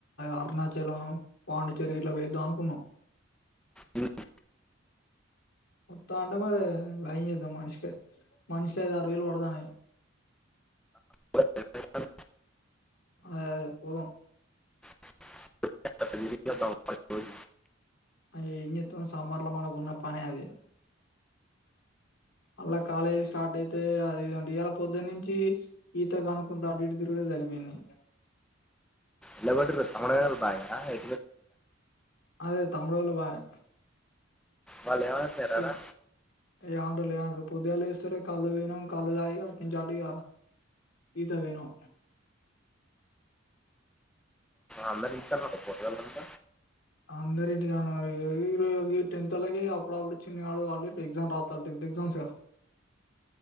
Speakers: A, on the left; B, in the centre.
A: అరుణాచలం పాండిచేరి ఇట్లా వేద్దాం అనుకున్నాం
B: ఇంకా
A: త్తా అంటే మ రే యిదా మానిషక మనుషికయది అరవలు వాడదానే
B: పోదాం.
A: అద అద పో
B: <unintelligible> రోజు.
A: అ ఏం చేత్తాం సామ్బార్లా మనకున్న పనే అది మల్ల కాలేజీ స్టార్ట్ అయితే అదింటే ఇయాలా పొద్దున్నుంచి ఈతో కనుకుంటా అటిటు తిరుగు సరిపోయింది
B: ఇలబడురు తముేనా భయ ఎ
A: అదే తమ్ముడోళ్ళు పాయె
B: వాళ్ళు ఏమంటున్నారా
A: పొద్ <unintelligible> పొదుగాలు వేస్తారే కల్లు పోయినం కళ్ళు తాగి అటునుంచటుగా ఈత కు పోయునం
B: అన్న నితాన్నాట పోట వెళ్ంత
A: అందరి ఇంటికాన్నారురు టెన్త్ ఓల్లాకి అప్పుడప్పుడు చిన్నవాడు వాళ్ళు ఎగ్జామ్ రాతారు టెన్త్ ఎగ్జామ్స్గా